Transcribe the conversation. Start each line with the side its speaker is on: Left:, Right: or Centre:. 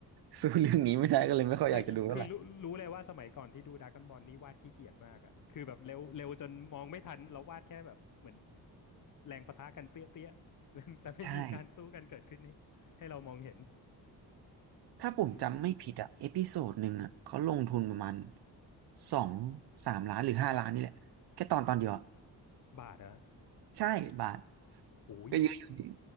Right: <laughs> สู้เรื่องนี้ไม่ได้ก็เลยไม่ค่อยอยากจะดูเท่าไหร่
Left: คือคือรู้รู้เลยว่าสมัยก่อนที่ดูดราก้อนบอลนี่วาดขี้เกียจมากอ่ะคือแบบเร็วเร็วจนมองไม่ทันเราวาดแค่แบบเหมือนแรงปะทะกันเปรี้ยเปรี้ย <laughs> แล้วแต่ไม่มีการสู้กันเกิดขึ้นให้เราให้เรามองเห็น
Right: ใช่ถ้าผมจำไม่ผิดอะเอพิโซดหนึ่งอะเขาลงทุนประมาณ
Left: อืม
Right: สองสามล้านหรือห้าล้านนี่แหละแค่ตอนตอนเดียวอะ
Left: บาทนะ
Right: ใช่บาท
Left: โหย
Right: ก็เยอะอยู่จริง